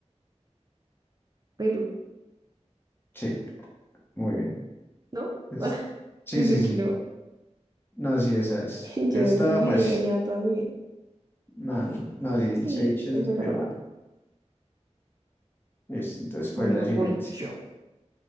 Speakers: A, on the right; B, on the left.
A: Perú,
B: Sí, muy bien.
A: ¿no?
B: Es-
A: <laughs>
B: Sí,
A: Pensé
B: sí, sí.
A: que no.
B: No, sí, esa es.
A: <laughs>
B: Estaba
A: Yo iba a decir, viví
B: fácil.
A: engañada
B: <laughs>
A: toda mi vida.
B: No, no, no. No, sí,
A: Sí,
B: el ceviche
A: es
B: es
A: verdad.
B: peruano. Listo, entonces, ¿cuál
A: Bueno,
B: es la siguiente?
A: voy yo.